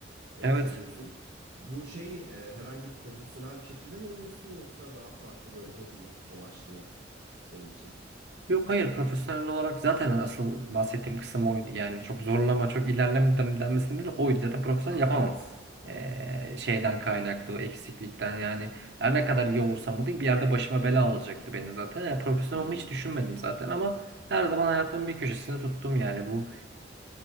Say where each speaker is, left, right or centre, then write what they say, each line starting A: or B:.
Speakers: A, on the right (about 80°); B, on the right (about 60°).
A: E,
B: Evet.
A: seviyorsun. Bu şey e, herhangi bir profesyonel bir şekilde mi oynuyorsun yoksa daha farklı böyle hobi amaçlı mı senin için?
B: Yok hayır profesyonel olarak zaten asıl bahsettiğim kısım oydu. Yani çok zorlama, çok ilerleme den- denmesinin bile oydu. Zaten profesyonel
A: Ha
B: yapamam.
A: evet. Evet.
B: Ee, şeyden kaynaklı, o eksiklikten yani. Her ne kadar iyi olursam olayım bir yerde başıma bela olacaktı benim zaten. Yani profesyonel
A: Hı hı.
B: olmayı hiç düşünmedim zaten ama her zaman hayatımın bir köşesinde tuttum yani bu.